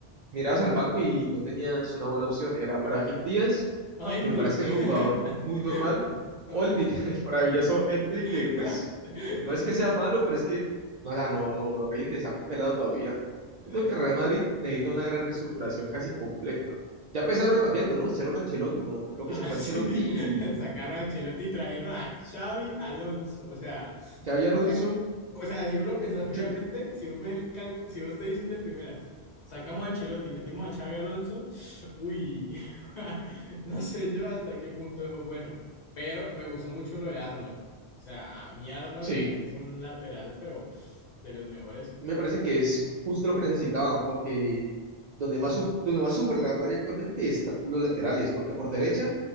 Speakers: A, on the right; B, on the left.
A: mirabas al banco y no tenías una buena opción. Era Brahim Díaz,
B: O Hendrik.
A: que me parece que es un
B: <laughs>
A: jugador muy normal,
B: O
A: o
B: Hen-
A: el, mil- <laughs> el maravilloso Endrick,
B: <laughs>
A: que pues no es que sea malo, pero es que no, o sea, no, no, no rinde, está muy pelado todavía.
B: Eh,
A: Yo creo que Real Madrid necesita una gran reestructuración casi completa. Ya empezaron cambiando, ¿no? Hicieron Ancelotti, bueno, creo
B: Ah,
A: que se fue
B: sí.
A: Ancelotti
B: <laughs>
A: y
B: Sacaron a Ancelotti y trajeron a Xavi Alonso. O sea,
A: Xavi
B: ¿cómo
A: Alonso.
B: sa- O sea, si vos lo pensás fríamente,
A: Yo-
B: si vos ves el cálculo, si vos te dicen de primeras, sacamos a Ancelotti y metimos a Xavi Alonso, <sniffs> uy, <laughs> no sé yo hasta qué punto eso es bueno. Pero me gustó mucho lo de Arnold. O sea, a mí Arnold
A: sí.
B: me parece un lateral, pero pff, de los mejores
A: Me parece que es justo lo que necesitaban, porque donde más, suf- donde más sufre el Real Madrid actualmente están los laterales, porque por derecha